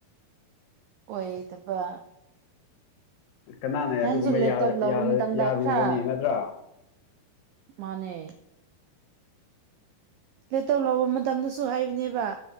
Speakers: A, on the right (about 85°); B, on the left (about 75°).
A: ꯑꯣꯏꯗꯕ
B: ꯀꯅꯥꯅ
A: ꯅꯍꯥꯟꯁꯨ
B: ꯑꯗꯨꯒꯨꯝꯕ
A: ꯂꯦꯞꯇꯣꯞ
B: ꯌ-ꯌ
A: ꯂꯧꯕ ꯃꯇꯝꯗ
B: ꯌꯥꯔꯨꯒꯅꯤ
A: ꯈꯔ
B: ꯅꯠꯇ꯭ꯔꯥ
A: ꯃꯥꯅꯦ ꯂꯦꯇꯧ ꯂꯧꯕ ꯃꯇꯝꯗꯁꯨ ꯍꯥꯏꯕꯅꯦꯕ